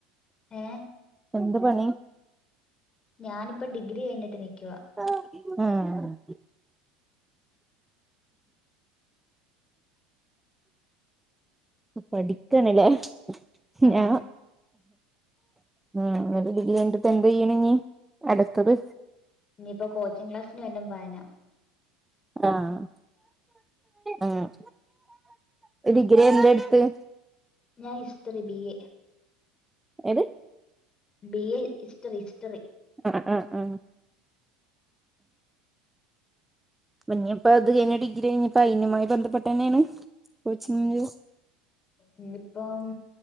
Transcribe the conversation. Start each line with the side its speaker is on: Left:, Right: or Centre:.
Left: ഏ
Centre: എന്ത് പണി
Left: ഞാനിപ്പ ഡിഗ്രി കഴിഞ്ഞിട്ട് നിക്കുവാ.
Centre: ഉം പഠിക്കാണ്ലേ
Left: ആ
Centre: ഞാ ഉം അന്നട്ട് ഡിഗ്രി കഴിഞ്ഞട്ട് ഇപ്പ എന്ത് ചെയ്യണ്‌ ഇഞ്ഞി അടുത്തത്.
Left: ഇനിയിപ്പോ കോച്ചിങ് ക്ലാസിന് വല്ലം പാനാ
Centre: ആഹ് ഉം ഡിഗ്രി എന്ത എടുത്ത്.
Left: ഞാൻ ഹിസ്റ്ററി ബി എ
Centre: ഏത്
Left: ബി എ ഹിസ്റ്ററി ഹിസ്റ്ററി
Centre: അഹ് അഹ് ആഹ് പിന്നെയിപ്പ അത് കഴിഞ്ഞ ഡിഗ്രി കഴിഞ്ഞപ്പോ അതിനുമായി ബന്ധപ്പെട്ട് തന്നേണ് കോച്ചിങ്ങിന്
Left: ഇഞ്ഞിപ്പം